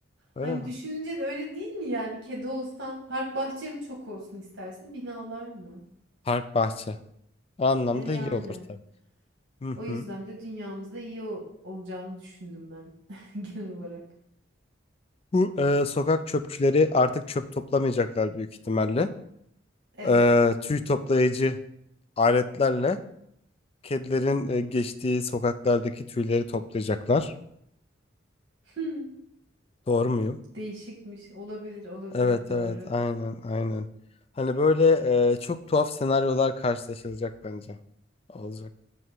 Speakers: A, on the left; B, on the right.
A: Öyle
B: hani
A: mi?
B: düşününce de öyle değil mi yani kedi olsan park bahçe mi çok olsun istersin binalar mı?
A: Park bahçe. O anlamda
B: E yani
A: iyi olur tabii. Hı
B: o yüzden
A: hı.
B: de dünyamızda iyi ol- olacağını düşündüm ben <laughs> genel olarak.
A: Bu e, sokak çöpçüleri artık çöp toplamayacaklar büyük ihtimalle.
B: Evet.
A: E, tüy toplayıcı aletlerle kedilerin e, geçtiği sokaklardaki tüyleri toplayacaklar.
B: <laughs>
A: Doğru muyum?
B: Değişikmiş. Olabilir, olabilir
A: Evet
B: doğru.
A: evet aynen aynen. Hani böyle e, çok tuhaf senaryolar karşılaşılacak bence. Olacak.